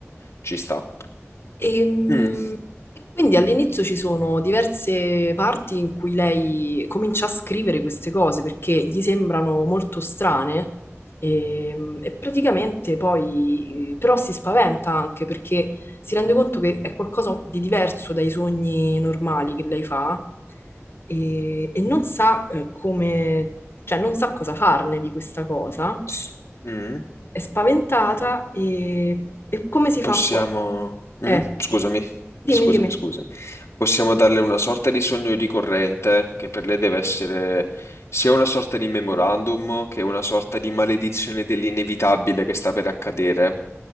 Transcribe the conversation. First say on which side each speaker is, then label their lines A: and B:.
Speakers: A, on the left; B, on the left.
A: ci sta.
B: Ehm,
A: Mm.
B: E, quindi all'inizio ci sono diverse parti in cui lei comincia a scrivere queste cose perché gli sembrano molto strane ehm, e, praticamente poi però si spaventa anche perché si rende conto che è qualcosa di diverso dai sogni normali che lei fa e, e non sa eh, come, cioè non sa cosa farne di questa cosa
A: S- mm.
B: è spaventata e, e come si
A: Possiamo...
B: fa poi? Eh,
A: Mm? Scusami,
B: dimmi,
A: <laughs> scusami,
B: dimmi.
A: scusami. Possiamo darle una sorta di sogno ricorrente che per lei deve essere sia una sorta di memorandum che una sorta di maledizione dell'inevitabile che sta per accadere,